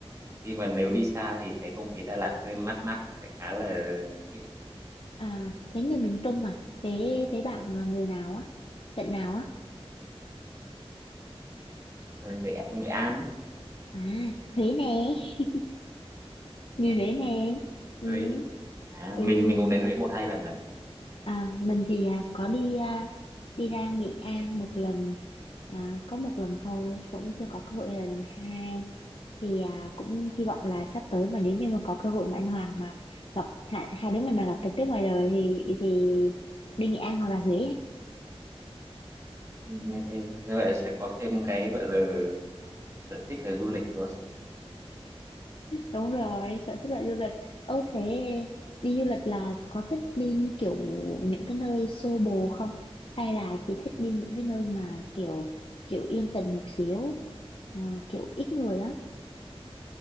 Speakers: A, on the right; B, on the left.
A: khi mà nếu đi xa thì cái không khí Đà Lạt hơi mát mát nó sẽ khá là dễ chịu
B: à, thế người miền Trung à? Thế thế bạn là người nào á? Tận nào á?
A: rồi Nghệ Nghệ An
B: À, Huế nè, <laughs> người
A: ấy.
B: Huế nè. Ừ.
A: với à,
B: ừ.
A: mình mình cũng đến Huế một hai lần rồi
B: À, mình thì à, có đi à, đi ra Nghệ An một lần, à, có một lần thôi, cũng chưa có cơ hội là lần hai. Thì à, cũng hy vọng là sắp tới mà nếu như mà có cơ hội mà anh Hoàng mà gặp hai, hai đứa mình mà gặp trực tiếp ngoài đời thì thì đi Nghệ An hoặc là Huế
A: Ừ, Ok, như vậy sẽ có thêm cái gọi là sở thích về du lịch luôn.
B: Đúng rồi, sở thích là du lịch. Ơ thế đi du lịch là có thích đi như kiểu những cái nơi xô bồ không? Hay là chỉ thích đi những cái nơi mà kiểu kiểu yên tĩnh một xíu, ờ, kiểu ít người á,